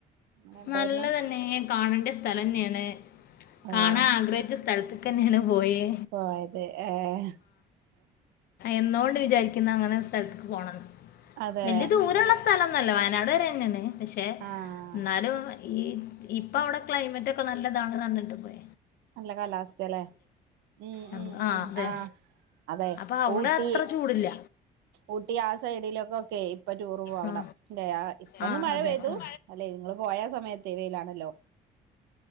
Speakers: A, on the right; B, on the left.
A: എങ്ങനെ ഉണ്ടായിരുന്നു
B: നല്ലതന്നെ കാണേണ്ട സ്ഥലം തന്നെയാണ്
A: അതെ
B: കാണാൻ ആഗ്രഹിച്ച സ്ഥലത്ത്- <unintelligible> പോയെ
A: പോയത് ഏഹ്
B: എന്നോണ്ട് വിചാരിക്കുന്ന അങ്ങനെ സ്ഥലത്തേക്ക് പോകണം ന്ന്
A: അതെ
B: വല്ല്യയ ദൂരുള്ള സ്ഥലംന്നല്ലേ വയനാട് വരെ ന്നെയണ്ട് ക്ഷെ
A: ആഹ്
B: ന്നാലും ഈ ഇപ്പൊ അവിടെ ക്ലൈമറ്റ് ഒക്കെ നല്ലതാണ് തന്നിട്ട് പോയ
A: നല്ല കാലാവസ്ഥ ല്ലേ ഉ
B: നമുക്ക്
A: ഉ ഉ
B: അതെ
A: ആ അതെ
B: അപ്പം അവിടെ
A: ഊട്ടി
B: അത്ര ചൂടില്ല
A: ഊട്ടി ആ സൈഡിലൊക്കെക്കെ ഇപ്പൊ ടൂർ പോ പോവണംല്ല
B: ആ
A: ഇപ്പൊന്ന്
B: ആ
A: മഴ
B: അതെ
A: പെയ്തു
B: ആ
A: അല്ലെ നിങ്ങള് പോയ സമയത്ത് വയിലാണല്ലോ